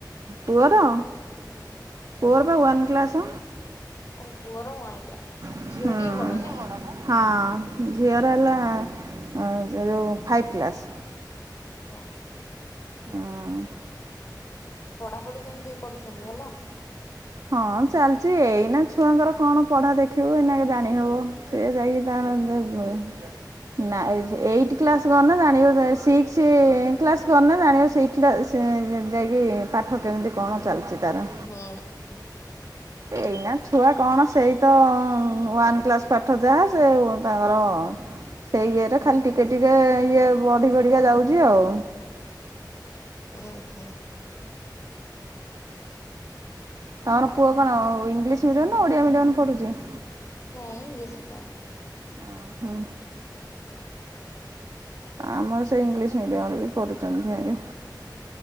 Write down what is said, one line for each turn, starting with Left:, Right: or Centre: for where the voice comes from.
Right: ପୁଅର?
Left: ହୁଁ
Right: ପୁଅର ୱାନ କ୍ଲାସ
Left: ଓ ପୁଅର ୱାନ୍ କ୍ଲାସ
Right: ହୁଁ।
Left: ଝିଅ ଟିକେ ବଡ ନାଇଁ?
Right: ହଁ ଝିଅର ହେଲା ଆଁ ଏ ଯୋଉ ଫାଇଭ୍ କ୍ଲାସ୍।
Left: ହଁ ହୋ
Right: ହଁ
Left: ପଢାପଢି କେମିତି କରୁଛନ୍ତି ଭଲ?
Right: ହଁ ଚାଲିଛି ଏଇନା ଛୁଆଙ୍କର କଣ ପଢା ଦେଖିବୁ ଏନାକେ ଜାଣି ହବ ସେ ଯାଇକି ତାଙ୍କର ଜାଇ ବ <unintelligible> ନାଇ ଏଇଟ କ୍ଲାସ କରିନେ ଜାଣିବ ଜାଇ ସିକ୍ସ କ୍ଲାସ କରିନେ ଜାଣିବ ସି ସେ ଯାଇକି ପାଠ କେମିତି କଣ ଚାଲିଛି ତାର
Left: ହୁଁ
Right: ଏଇନା ଛୁଆ କଣ ସେଇ ତ ୱାନ କ୍ଲାସ ପାଠ ଯାହା ସେ ତାଙ୍କର ସେଇ ଇଏରେ ଖାଲି ଟିକେ ଟିକେ ଇଏ ବଢି ବଢିକା ଯାଉଛି ଆଉ।
Left: ହୁଁ ହୁଁ
Right: ତମର ପୁଅ କଣ ଇଂଲିଶ ମିଡିୟମ ନା ଓଡିଆ ମିଡିୟମରେ ପଢୁଛି?
Left: ନାଇଁ ଇଂଲିଶ ମିଡିୟମରେ।
Right: ଓ ହୋ। ଆମର ସେ ଇଂଲିଶ ମିଡିୟମ ରେ ବି ପଢୁଛନ୍ତି ତାଙ୍କେ।